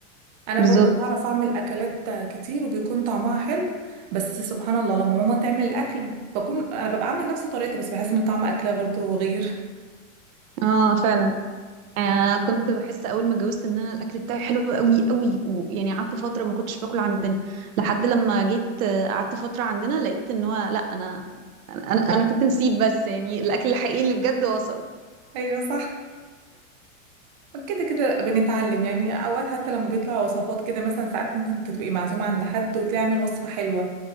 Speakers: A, on the right; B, on the right.
A: انا
B: بالظبط
A: برضو بعرف اعمل اكلات كتير وبيكون طعمها حلو بس سبحان الله لما ماما تعمل الاكل بكون انا ببقى عامله نفس طريقتها بس بحس ان طعم اكلها برضو غير
B: اه فعلا آه كنت بحس اول ما اتجوزت ان انا الاكل بتاعي حلو قوي قوي ويعني قعدت فتره ما كنتش باكل عندنا لحد لما جيت آه، قعدت فتره عندنا لقيت ان هو لا انا انا انا أنا كنت نسيت بس يعني الاكل الحقيقي اللي بجد وصل
A: ايوه صح كده كده بنتعلم يعني اوقات حتى لما بيطلع وصفات كده مثلا ساعات ممكن تبقي معزومه عند حد وتلاقي عامل وصفه حلوه